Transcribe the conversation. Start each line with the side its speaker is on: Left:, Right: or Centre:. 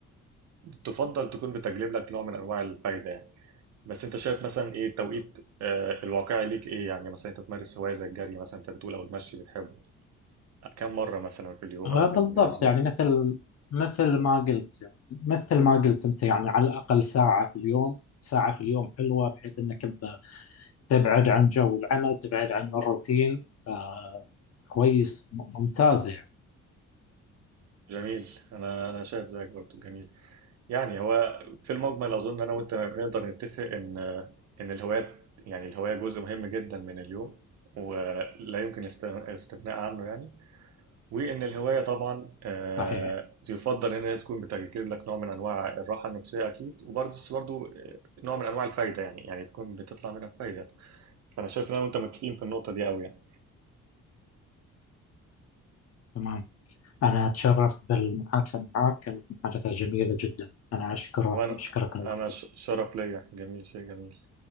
Right: تفضل تكون بتجلب لك نوع من انواع الفايده يعني بس انت شايف مثلا ايه التوقيت آه، الواقعي ليك ايه يعني مثلا انت تمارس هوايه زي الجري مثلا انت بتقول او المشي بتحبه كم مره مثلا في اليوم
Left: آه،
Right: او في
Left: بالضبط
Right: الاسبوع
Left: يعني مثل مثل ما قلت يعني مثل ما قلت انت يعني على الاقل ساعه في اليوم ساعه في اليوم حلوه بحيث انك انت تبعد عن جو العمل تبعد عن الروتين آه، كويس م- ممتازه
Right: جميل انا انا شايف زيك برضو جميل يعني هو في المجمل اظن انا وانت نقدر نتفق ان ان الهوايات يعني الهوايه جزء مهم جدا من اليوم ولا يمكن الاست- الاستغناء عنه يعني وان الهوايه طبعا آه،
Left: صحيح
Right: يفضل ان هي تكون بتجلب لك نوع من انواع الراحه النفسيه اكيد وبرضه بس برضه آه، نوع من انواع الفايده يعني يعني تكون بتطلع منها فايده فانا شايف ان انا وانت متفقين في النقطه دي قوي يعني
Left: تمام أنا أتشرف بالمحادثة معك كانت محادثة جميلة جدا أنا أشكرك
Right: وانا
Left: أشكرك الوقت
Right: انا ش- شرف ليا جميل شيء جميل